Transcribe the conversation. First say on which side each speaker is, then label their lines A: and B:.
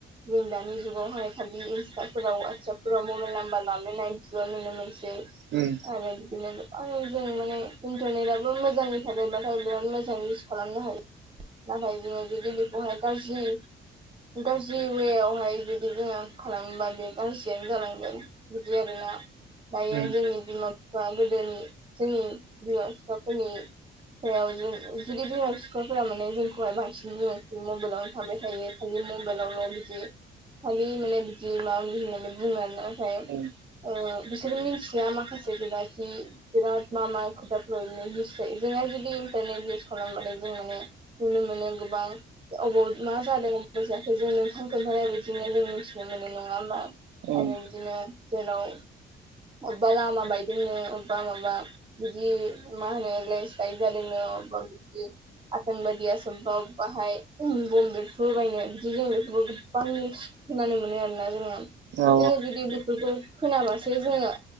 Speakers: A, on the right; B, on the right.
A: जों दानि जुगावहाय खालि इन्स्टाफोराव वाट्सपफोराव मबाइल नाम्बार लालायनानैसो नुनो मोनसै
B: उम
A: आरो बिदिनो गोबां जों माने इन्टारनेटाबो मोजांनि थाखाय बा ओमफ्राय बिराद मोजां इउस खालामनो हायो नाथाय जोङो जुदि बेखौहाय गाज्रि गाज्रि उए आवहाय बे दि जोङो खालामोबा बे गाज्रियानो जालांगोन बिदि आरोना दायो
B: उम
A: जोंनि बिमा-बिफा गोदोनि जोंनि बिमा-बिफाफोरनि सायाव जों जुदि बिमा-फिफाफोरा माने जोंखौहाय बांसिन बुङो मबाइलावनो थाबाय थायो खालि मबाइल <unintelligible> लावल' बिदि खालि माने बिदि माबा माबि होननानै बुङो आरो नाथाय
B: उम
A: बिसोर मिथिया माखासे खोदाखि बिराद मा मा खोथाफ्राव बिदिनो इउस जायो जोंहा जुदि इन्टारनेट इउस खालामबाथाय जों माने नुनो मोनो गोबां अबाव मा जादों अबाव जायाखै जों नोंथां खोन्थानाय बिदि बिदिनो जों मिथिनो मोनो नङा होमा
B: उम
A: आरो बिदिनो जेराव अबबा लामा बायदोंनो अबबा माबा बिदि मा होनो लेनसलाइद जादोंनो अबा बिदि आतांबादिया आसामफ्राव बाहाय बम बेफ्रुहोबायनो बिदि जों बेफोरबो गोबां निउस खोनानो मोनो आरोना जोंनियाव
B: औ
A: जोङो बिदि जुदि बेफोरखौ खोनाबासो जोङो